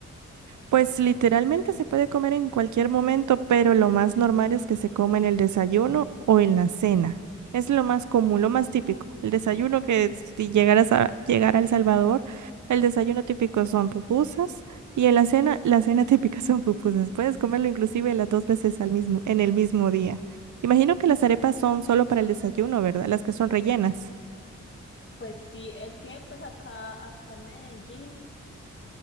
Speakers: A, on the right (about 70°); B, on the left (about 40°).
A: Pues literalmente se puede comer en cualquier momento, pero lo más normal es que se coma en el desayuno o en la cena. Es lo más común, lo más típico. El desayuno que si llegaras a llegar a El Salvador, el desayuno típico son pupusas y en la cena, la cena <laughs> típica son pupusas. Puedes comerlo inclusive las dos veces al mismo, en el mismo día. Imagino que las arepas son solo para el desayuno, ¿verdad? Las que son rellenas.
B: Pues sí, es que pues acá, acá en Medellín